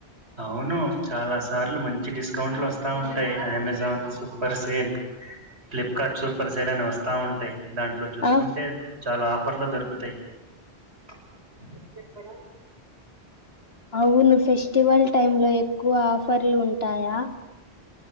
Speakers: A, on the right (about 80°); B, on the left (about 65°).
A: అవును చాలా సార్లు మంచి డిస్కౌంట్లు వస్త వా ఉంటాయి Amazon super sale Flipkart super sale అని వస్తా ఉంటాయి దాంట్లో చూసుకుంటే
B: ఆఫ్
A: చాలా ఆఫర్లు దొరుకుతాయి <unintelligible>
B: అవును ఫెస్టివల్ టై లో ఎక్కువ ఆఫర్లు ఉంటాయా